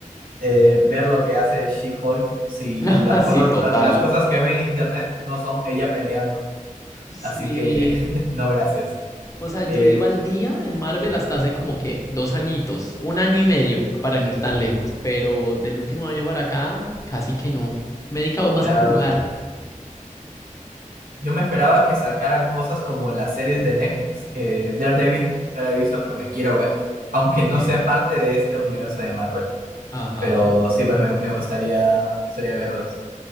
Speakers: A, on the right (about 85°); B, on the left (about 25°).
A: eh, ver lo que hace She-Hulk si
B: <laughs>
A: las
B: Así,
A: cosas,
B: total.
A: la- las cosas que ve en internet no son ella peleando.
B: Sí.
A: Así que <laughs> no, gracias.
B: O sea, yo
A: El-
B: iba al día en Marvel hasta hace como que dos añitos, un año y medio, para no ir tan lejos, pero del último año para acá, casi que no. Me he dedicado más
A: claro,
B: a jugar.
A: yo me esperaba que sacaran cosas como las series de Netflix, que Daredevil no la he visto, pero me quiero ver, aunque
B: Ok.
A: no sea parte de este universo de Marvel.
B: Ajá.
A: Pero sí, pues me, me gustaría, gustaría verlas.